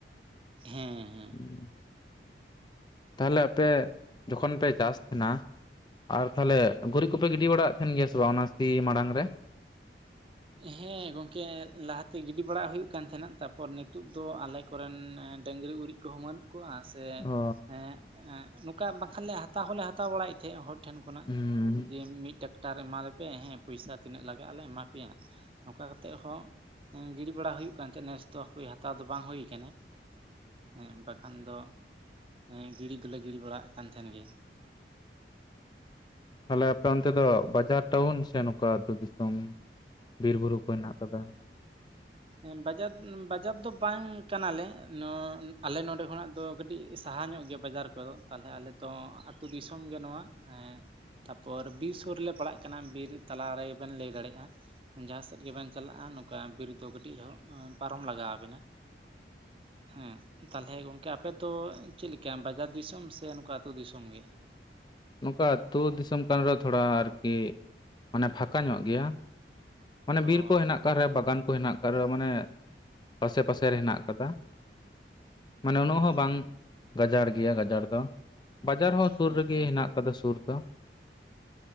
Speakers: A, on the right; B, on the left.
A: ᱦᱮᱸ ᱦᱮᱸ
B: ᱦᱩᱸ ᱛᱟᱦᱚᱞᱮ ᱟᱯᱮ ᱡᱚᱠᱷᱚᱱ ᱯᱮ ᱪᱟᱥ ᱛᱟᱸᱦᱱᱮᱼᱟ, ᱟᱨ ᱛᱟᱦᱚᱞᱮ ᱜᱩᱨᱤᱡ ᱠᱚᱯᱮ ᱜᱤᱰᱤ ᱵᱟᱲᱟᱜ ᱛᱟᱦᱮᱱ ᱜᱮᱭᱟ ᱥᱮ ᱵᱟᱝ ᱚᱱᱟ ᱥᱤ ᱢᱟᱲᱟᱝ ᱨᱮ?
A: ᱦᱮᱸ ᱜᱚᱝᱠᱮ ᱞᱟᱦᱟᱛᱮ ᱜᱤᱰᱤ ᱵᱟᱲᱟᱣᱟᱜ ᱦᱳᱭᱳᱜ ᱠᱟᱱ ᱛᱟᱦᱮᱸᱱᱟ ᱛᱟᱯᱚᱨ ᱱᱤᱛᱚᱜ ᱫᱚ ᱟᱞᱮ ᱠᱚᱨᱮᱱ ᱰᱟᱹᱝᱨᱤ ᱩᱨᱤᱡ ᱠᱚᱦᱚᱸ ᱵᱟᱹᱱᱩᱜ ᱠᱚᱣᱟ ᱥᱮ
B: ᱚ
A: ᱮᱸᱜ ᱮᱸᱜ ᱱᱚᱠᱟ ᱵᱟᱠᱷᱟᱱ ᱞᱮ ᱦᱟᱛᱟᱣ ᱦᱚᱸᱞᱮ ᱦᱟᱛᱟᱣ ᱵᱟᱲᱟᱭᱮᱫ ᱛᱟᱦᱮᱸᱜ ᱦᱚᱲ ᱴᱷᱮᱱ ᱠᱷᱚᱱᱟᱜ
B: ᱦᱩᱸ
A: ᱾ ᱡᱮ ᱢᱤ ᱴᱟᱠᱴᱟᱨ ᱮᱢᱟᱞᱮᱯᱮ ᱦᱮᱸ ᱯᱚᱭᱥᱟ ᱛᱤᱱᱟᱹᱜ ᱞᱟᱜᱟᱜᱼᱟᱞᱮ ᱮᱢᱟ ᱯᱮᱭᱟ ᱱᱚᱝᱠᱟ ᱠᱟ ᱛᱮᱜ ᱦᱚᱸ ᱮᱸ ᱜᱤᱲᱤ ᱵᱟᱲᱟ ᱦᱩᱭᱩᱜ ᱠᱟᱱ ᱛᱟᱦᱮᱸ, ᱱᱮᱥ ᱫᱚ ᱦᱟᱯᱮ ᱦᱟᱛᱟᱣ ᱫᱚ ᱵᱟᱝ ᱦᱳᱭ ᱟᱠᱟᱱᱟ ᱾ ᱮᱸᱜ ᱵᱟᱠᱷᱟᱱ ᱫᱚ ᱦᱮᱸ ᱜᱤᱲᱤ ᱫᱚᱞᱮ ᱜᱤᱲᱤ ᱵᱟᱲᱟᱣᱟᱜ ᱠᱟᱱ ᱛᱟᱦᱮᱱ ᱜᱮ ᱾
B: ᱛᱟᱦᱞᱮ ᱟᱯᱮ ᱚᱱᱛᱮ ᱫᱚ ᱵᱟᱡᱟᱨ ᱴᱟᱣᱩᱱ ᱥᱮ ᱱᱚᱠᱟ ᱟᱹᱛᱩ ᱫᱤᱥᱚᱢ? ᱵᱤᱨ ᱵᱩᱨᱩ ᱠᱚ ᱦᱮᱱᱟᱜ ᱟᱠᱟᱫᱟ᱾
A: ᱮᱸ ᱵᱟᱡᱟᱫ ᱵᱟᱡᱟᱨ ᱫᱚ ᱵᱟᱝ ᱠᱟᱱᱟᱞᱮ ᱱᱚ ᱟᱞᱮ ᱱᱚᱰᱮ ᱠᱷᱚᱱᱟᱜ ᱫᱚ ᱠᱟ ᱴᱤ ᱥᱟᱦᱟ ᱧᱚᱜ ᱜᱮᱭᱟ ᱵᱟᱡᱟᱨ ᱠᱚᱫᱚ ᱛᱟᱦᱚᱞᱮ ᱟᱞᱮᱫᱚ ᱟᱹᱛᱩ ᱫᱤᱥᱚᱢᱜᱮ ᱱᱚᱣᱟ ᱮᱸ ᱛᱟᱯᱚᱨ ᱵᱤᱨ ᱥᱳᱨ ᱨᱮᱞᱮ ᱯᱟᱲᱟᱜ ᱠᱟᱱᱟ ᱵᱤᱨ ᱛᱟᱞᱟᱨᱮ ᱵᱮᱱ ᱞᱮᱭ ᱫᱟᱲᱮᱼᱟ ᱾ ᱡᱟᱦᱟᱸ ᱥᱮᱫ ᱜᱮᱵᱮᱱ ᱪᱟᱞᱟᱜᱼᱟ ᱱᱚᱝᱠᱟ ᱵᱤᱨ ᱫᱚ ᱠᱟᱹᱴᱤᱡ ᱨᱮᱦᱚᱸ ᱯᱟᱨᱚᱢ ᱞᱟᱜᱟᱣ ᱵᱮᱱᱟ᱾ ᱦᱮᱸ᱾ ᱛᱟᱞᱦᱮ ᱜᱚᱝᱠᱮ ᱟᱯᱮᱫᱚ ᱪᱮᱜᱞᱮᱠᱟ ᱵᱟᱡᱟᱨ ᱫᱤᱥᱚᱢ ᱥᱮ ᱱᱚᱝᱠᱟ ᱟᱹᱛᱩ ᱫᱤᱥᱚᱢ ᱜᱮ?
B: ᱱᱚᱝᱠᱟ ᱟᱹᱛᱩ ᱫᱤᱥᱚᱢ ᱠᱟᱱ ᱨᱮᱦᱚᱸ ᱛᱷᱚᱲᱟ ᱟᱨᱠᱤ ᱢᱟᱱᱮ ᱯᱷᱟᱠᱟ ᱧᱚᱜ ᱜᱮᱭᱟ᱾ ᱢᱟᱱᱮ ᱵᱤᱨ
A: ᱚ
B: ᱠᱚ
A: ᱟᱪᱪᱷᱟ
B: ᱦᱮᱱᱟᱜ
A: ᱟᱪᱪᱷᱟ
B: ᱟᱠᱟᱫ ᱨᱮ ᱵᱟᱜᱟᱱ ᱠᱚ ᱦᱮᱱᱟᱜ ᱟᱠᱟᱫ ᱨᱮᱦᱚ ᱢᱟᱱᱮ, ᱟᱥᱮ ᱯᱟᱥᱮ ᱨᱮ ᱦᱮᱱᱟᱜ ᱟᱠᱟᱫᱟ᱾ ᱢᱟᱱᱮ ᱩᱱᱟᱹᱜ ᱦᱚᱸ
A: ᱚ
B: ᱵᱟᱝ ᱜᱟᱡᱟᱲ ᱜᱮᱭᱟ ᱜᱟᱡᱟᱲ ᱫᱚ᱾ ᱵᱟᱡᱟᱨ ᱦᱚᱸ ᱥᱩᱨ
A: ᱦᱮᱸ
B: ᱨᱮᱜᱮ
A: ᱛᱚ
B: ᱦᱮᱱᱟᱜ ᱠᱟᱫᱟ ᱥᱩᱨ ᱫᱚ᱾